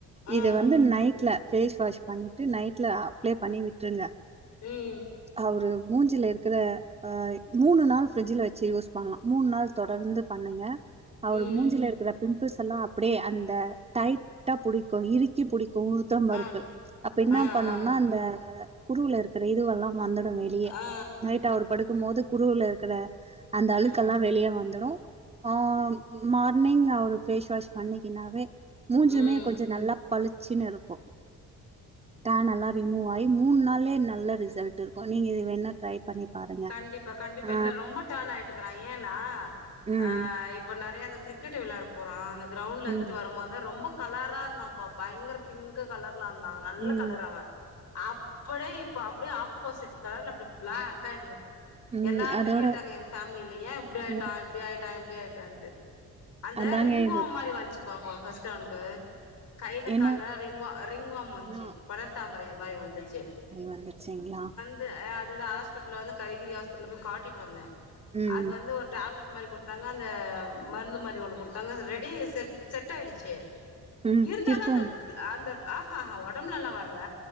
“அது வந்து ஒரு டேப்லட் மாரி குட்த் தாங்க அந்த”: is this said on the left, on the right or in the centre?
Left